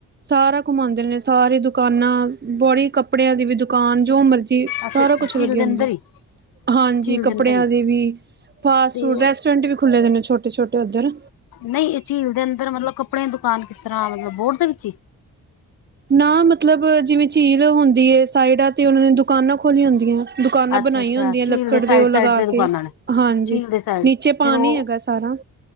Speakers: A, on the right (about 30°); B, on the left (about 70°).
A: ਸਾਰਾ ਘੁਮਾਉਂਦੇ ਨੇ ਸਾਰੀ ਦੁਕਾਨਾਂ ਬੜੀ ਕੱਪੜਿਆਂ ਦੀ ਵੀ ਦੁਕਾਨ ਜੋ ਮਰਜੀ
B: ਅੱਛਾ
A: ਸਾਰਾ ਕੁਛ
B: ਝੀਲ
A: ਲੱਗਿਆ
B: ਦੇ ਅੰਦਰ
A: ਹੁੰਦਾ
B: ਹੀ
A: ਹਾਂਜੀ
B: ਝੀਲ ਦੇ
A: ਕੱਪੜਿਆਂ
B: ਅੰਦਰ ਹੀ
A: ਦੀ ਵੀ ਫਾਸਟ
B: ਤੇ
A: ਫੂਡ ਰੈਸਟੋਰੈਂਟ ਵੀ ਖੁੱਲੇ ਦੇ ਨੇ ਛੋਟੇ ਛੋਟੇ ਓਧਰ
B: ਨਹੀਂ ਝੀਲ ਦੇ ਅੰਦਰ ਮਤਲਬ ਕੱਪੜੇਆਂ ਦੀ ਦੁਕਾਨ ਕਿਸ ਤਰ੍ਹਾਂ ਮਤਲਬ ਬੋਟ ਦੇ ਵਿੱਚ ਈ
A: ਨਾ ਮਤਲਬ ਜਿਵੇਂ ਝੀਲ ਹੁੰਦੀ ਏ ਸਾਈਡਾਂ ਤੇ ਓਨਾਂ ਨੇ ਦੁਕਾਨਾਂ ਖੋਲੀਆਂ ਹੁੰਦੀਆਂ ਐ ਦੁਕਾਨਾਂ
B: ਅੱਛਾ
A: ਬਣਾਈਆਂ
B: ਅੱਛਾ
A: ਹੁੰਦੀਆਂ
B: ਝੀਲ
A: ਲੱਕੜ ਦੇ
B: ਸਾਈਡ
A: ਓ
B: ਸਾਈਡ
A: ਲਗਾ
B: ਤੇ ਦੁਕਾਨਾਂ
A: ਕੇ
B: ਨੇ
A: ਹਾਂਜੀ
B: ਝੀਲ ਦੇ ਸਾਈਡ
A: ਨੀਚੇ
B: ਫਿਰ
A: ਪਾਣੀ
B: ਉਹ
A: ਹੈਗਾ ਸਾਰਾ